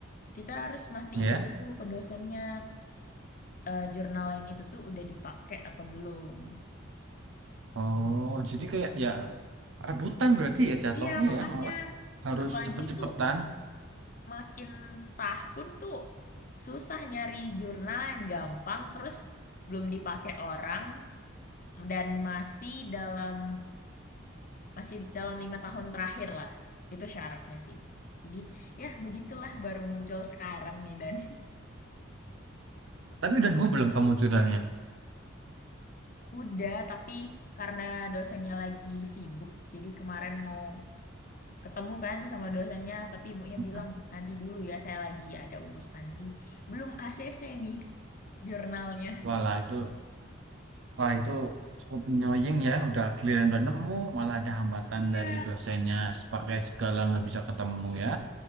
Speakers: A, on the left (about 40°); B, on the right (about 70°).
A: kita harus mastiin
B: Ya.
A: dulu ke dosennya eh, jurnal yang itu tuh udah dipakai atau belum.
B: Oh,
A: Gitu.
B: jadi kayak ya rebutan berarti ya jatuhnya
A: Iya, makanya.
B: ya malah harus
A: Apalagi
B: cepet-cepetan.
A: tuh makin tahun tuh susah nyari jurnal yang gampang terus belum dipakai orang dan masih dalam masih dalam lima tahun terakhir lah itu syaratnya sih jadi ya begitulah baru muncul sekarang nih dan
B: Tapi udah nemu belum kamu jurnalnya?
A: <laughs> udah tapi karena dosennya lagi sibuk jadi kemarin mau ketemu kan sama dosennya tapi ibunya
B: Mm-mm.
A: bilang nanti dulu ya saya lagi ada urusan jadi belum ACC nih <laughs> jurnalnya
B: Walah itu Wah itu cukup annoying ya, udah giliran udah nemu, malah ada hambatan
A: Iya,
B: dari dosennya sebagai segala nggak bisa ketemu ya.